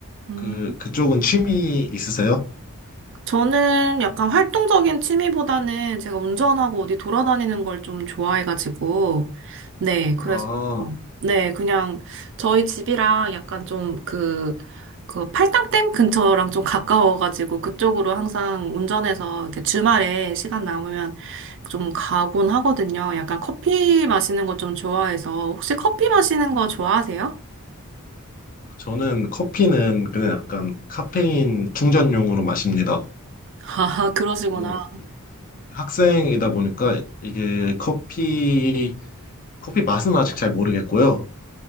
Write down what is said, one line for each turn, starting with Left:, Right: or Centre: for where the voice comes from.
Right: 음.
Left: 그, 그쪽은 취미 있으세요?
Right: 저는 약간 활동적인 취미보다는 제가 운전하고 어디 돌아다니는 걸 좀 좋아해가지고, 네, 그래서,
Left: 아,
Right: 네, 그냥 저희 집이랑 약간 좀 그, 그 팔당댐 근처랑 좀 가까워가지고 그쪽으로 항상 운전해서 이렇게 주말에 시간 남으면 좀 가곤 하거든요. 약간 커피 마시는 거 좀 좋아해서, 혹시 커피 마시는 거 좋아하세요?
Left: 저는 커피는 그냥 약간 카페인 충전용으로 마십니다.
Right: <laughs> 아, 그러시구나.
Left: 어, 학생이다 보니까 이게 커피, 커피 맛은 아직 잘 모르겠고요.